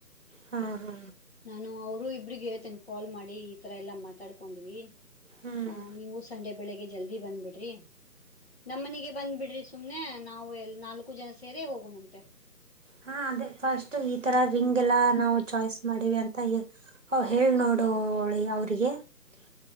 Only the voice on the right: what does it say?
ಹಾ ಹಾ
ಹ್ಮ್
ಹಾ ಅದೇ ಫಸ್ಟ್ ಈ ತರ ಇಂಗ್ ಎಲ್ಲಾ ನಾವು ಚಾಯ್ಸ್ ಮಾಡಿವಿ ಅಂತ ಹೇಳ ನೋಡ <unintelligible> ಡೋಳಿ ಅವರಿಗೆ <unintelligible>